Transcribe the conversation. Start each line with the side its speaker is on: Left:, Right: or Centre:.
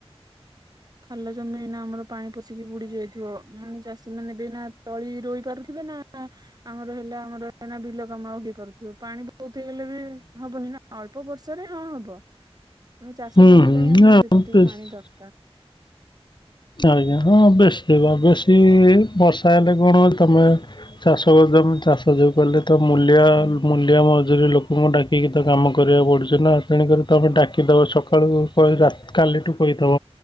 Right: ଖାଲ ଜମି ଏଇନା ଆମର ପାଣି ପଷିକି ବୁଡି ଯାଇଥିବ ମାନେ ଚାଷୀ ମାନେ ଏବେ ନା ତଳି ରୋଇପାରୁ ଇବେ ନା ନା ଆମର ହେଲା ଆମର ବିଲ କାମ ହେଇପାରୁଥିବ ପାଣି ବହୁତୁ ବିଲରେ ହବନି ନା। ଅଳ୍ପ ବର୍ଷରେ ହଁ ହବ ଉଁ ଚାଷ
Left: ହୁଁ,
Right: ଜମି
Left: ହୁଁ
Right: ପାଇଁ ଆମର
Left: ଆ
Right: ଯେତିକି
Left: ବେଶ
Right: ପାଣି ଦରକାର
Left: ଆଜ୍ଞା ହଁ ବେଶୀ କଣ ବେଶୀ ବର୍ଷା ହେଲେ କଣ ତମେ ଚାଷ କରିତେ ଆପଣ ଚାଷ ଯୋଉ କଲେ ତ ମୂଲିଆ ମୂଲିଆ ମଜୁରରି ଲୋକଙ୍କୁ ଡାକି ଠିକ୍ ତ କାମ କରିବାକୁ ପଡୁଛି ନା ତେଣୁକରି ତମେ ଡାକିଦବ ସକାଳୁ କହି କାଲିଠୁ କହିଦବ